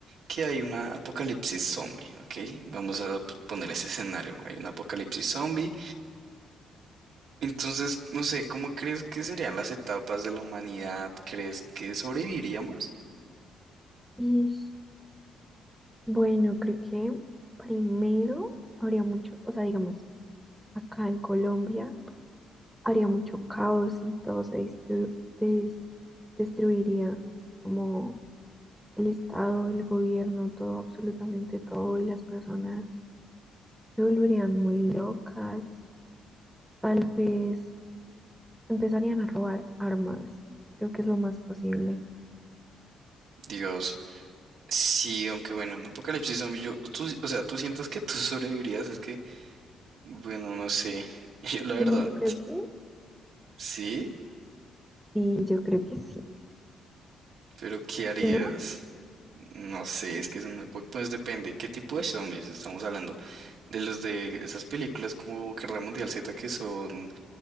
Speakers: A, on the right (about 75°); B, in the centre.
A: que hay una apocalipsis zombie, ¿ok? Vamos a p- poner ese escenario, hay un apocalipsis zombie. Entonces, no sé, ¿cómo crees que serían las etapas de la humanidad? ¿Crees que sobreviviríamos?
B: Ish, Bueno, creo que primero habría mucho, o sea, digamos, acá en Colombia habría mucho caos y todo se distru- des- destruiría, como el Estado, el gobierno, todo, absolutamente todo, y las personas se volverían muy locas, tal vez empezarían a robar armas, creo que es lo más posible.
A: Dios, sí, aunque bueno, en apocalipsis zombie, yo, tú, o sea, tú sientas que tú <laughs> sobrevivirías, es que, bueno, no sé. <laughs> Yo la verdad,
B: Y yo creo que,
A: ¿Sí?
B: sí, yo creo que sí.
A: ¿Pero qué harías?
B: ¿Tú no?
A: No sé, es que es una... pu- Pues depende, ¿qué tipo de zombies estamos hablando? De los de esas películas como Guerra Mundial Z que son...